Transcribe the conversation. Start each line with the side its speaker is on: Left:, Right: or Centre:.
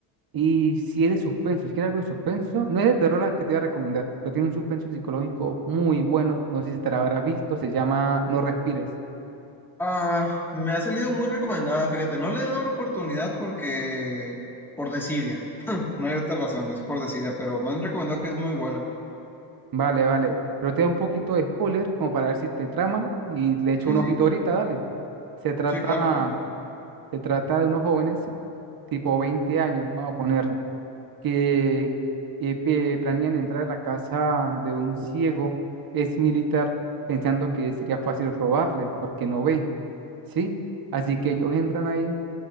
Right: Y si es de suspenso, si quieres algo de suspenso, no es de terror la que te voy a recomendar, pero tiene un suspenso psicológico muy bueno, no sé si te la habrás visto, se llama No Respires.
Centre: Ah, me ha salido muy recomendada, fíjate. No le he dado la oportunidad porque, por desidia. No hay otra razón, es por desidia, pero me han recomendado que es muy buena.
Right: Vale, vale, pero te da un poquito de spoiler como para ver si te trama y le echo
Centre: Sí,
Right: un
Centre: sí,
Right: ojito ahorita, dale. Se trata,
Centre: sí, claro.
Right: se trata de unos jóvenes, tipo 20 años, vamos a ponerle que eh, pe- planean entrar a la casa de un ciego, es militar, pensando que sería fácil robarle porque no ve, ¿sí? Así que ellos entran ahí,